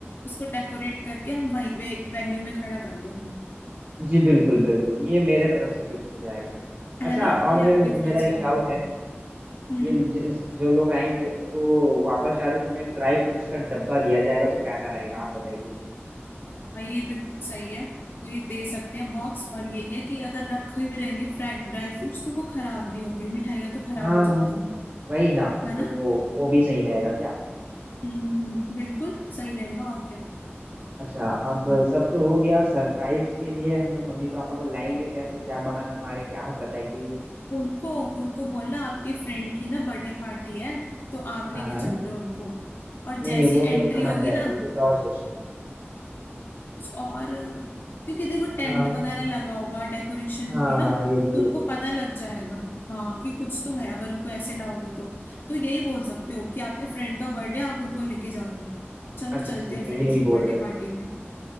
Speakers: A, on the left (about 55°); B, on the right (about 40°).
A: उसको डेकोरेट करके हम वहीं पे वेन्यू में खड़ा कर देंगे
B: जी बिल्कुल बिल्कुल ये मेरे तरफ से गिफ्ट हो जाएगा अच्छा
A: है ना
B: और
A: या गिफ्ट
B: मेरा
A: हो
B: एक
A: जाएगा
B: डाउट है
A: हम्म
B: ये जिस जो लोग आएंगे उनको वापस जाते समय एक ड्राई फ्रूट्स का डब्बा दिया जाएगा तो कैसा रहेगा आप बताइए
A: हाँ, ये बिल्कुल सही है तो ये दे सकते हैं बॉक्स और यही है कि अगर रखे भी रहेंगे फ्राई ड्राई फ्रूट्स तो वो खराब नहीं होंगे मिठाइयाँ तो खराब
B: हाँ
A: हो जाती हैं
B: वही ना
A: है ना
B: तो वो भी सही रहेगा क्या
A: हम्म, बिल्कुल सही रहेगा और क्या
B: अच्छा
A: तो
B: अब सब तो हो गया सरप्राइज के लिए हम लोग मम्मी पापा को लाएंगे कैसे क्या बहाना मारेंगे आप बताइए ये
A: उनको उनको बोलना आपके फ्रेंड की ना बर्थडे पार्टी है तो आप
B: हाँ
A: लेके
B: हाँ
A: चल रहे हो उनको और
B: नहीं
A: जैसी
B: नहीं वो तो
A: एंट्री
B: समझ
A: होगी
B: जाएंगे
A: ना
B: कुछ और सोचेंगे
A: और क्योंकि देखो टेंट
B: हाँ
A: वगैरह लगा होगा डेकोरेशन
B: हाँ
A: होगी ना
B: ये भी
A: तो उनको
B: है
A: पता लग जाएगा हाँ कि कुछ तो है अगर उनको ऐसे लाओगे तो तो यही बोल सकते हो कि आपके फ्रेंड का बर्थडे आप उनको लेके जा रहे हो चलो
B: अच्छा
A: चलते
B: ठीक
A: हैं
B: है
A: फ्रेंड्स
B: यही
A: की बर्थडे
B: बोल देते
A: पार्टी
B: हैं
A: में